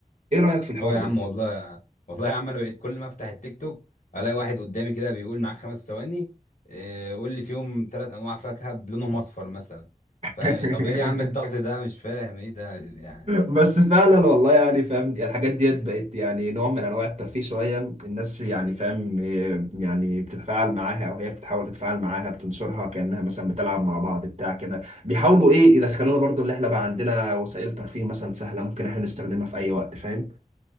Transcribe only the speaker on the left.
اه يا
عم والله والله يا عم انا بقيت كل ما افتح التيك توك الاقي واحد قدامي كده بيقول معاك خمس ثواني إيه، قول لي فيهم ثلاث انواع فاكهه بلونهم اصفر مثلا
فاهم طب ايه يا عم الضغط ده مش فاهم ايه ده يعني